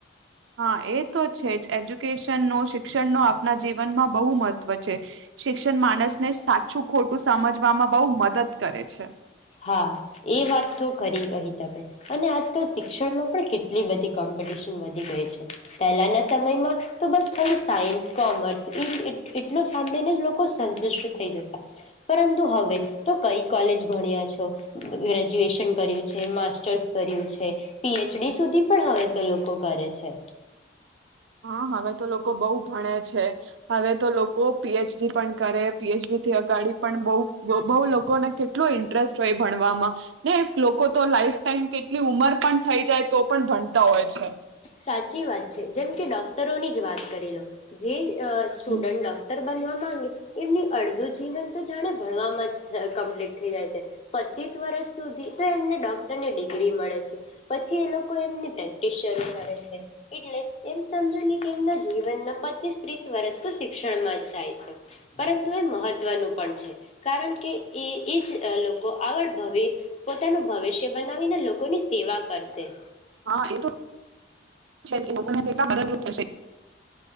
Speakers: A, on the right; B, on the left.
A: હા એ તો છે જ એજ્યુકેશન નો શિક્ષણ નો આપના જીવનમાં બહુ મહત્ત્વ છે. શિક્ષણ માણસને સાચું ખોટું સમજવામાં બહુ મદદ કરે છે.
B: હા એ વાત તો કરી ગઈ તમે અને આજકાલ શિક્ષણમાં પણ કેટલી બધી કોમ્પિટિશન વધી ગઈ છે. પહેલાના સમયમાં તો બસ ખાલી સાયન્સ કોમર્સ એ એટલું સાંભળીને લોકો સંતુષ્ટ થઈ જતા પરંતુ હવે તો કઈ કોલેજ ભણ્યા છે. ગ્રેજ્યુએશન કર્યું છે, માસ્ટર્સ કર્યું છે, પીએચડી સુધી પણ હવે તો લોકો કરે છે.
A: હા હવે તો લોકો બઉુ ભણે છે હવે તો લોકો પીએચડી પણ કરે, પીએચડીથી અગાડી પણ બ બહુ લોકોને કેટલો ઇન્ટરેસ્ટ હોય ભણવામાં ને લોકો તો લાઈફ ટાઈમ કેટલી ઉમર પણ થઈ જાય તો પણ ભણતા હોય છે.
B: સાચી વાત છે જેમ કે ડોક્ટરોની જ વાત કરી લો, જે અ સ્ટુડન્ટ
A: હમ.
B: ડોક્ટર બનવા એમનું અડધું જીવન તો જાણે ભણવામાં જ કમ્પ્લીટ થઈ જાય છે. પચીસ વર્ષ સુધી તો એમને ડોક્ટરને ડિગ્રી મળે છે. પછી એ લોકો એમની પ્રેક્ટિસ શરૂ છે, એટલે એમ સમજોને કે એમના જીવન ના પચીસ ત્રીસ વર્ષ તો શિક્ષણ માં જ જાય છે, પરંતુ એ મહત મહત્વનું પણ છે. કારણ કે એ એ જ લોકો આગળ ભવે પોતાનું ભવિષ્ય બનાવીને <unintelligible> સેવા કરશે.
A: હા એ તો છે જ લોકોને કેટલા મદદરૂપ થશે.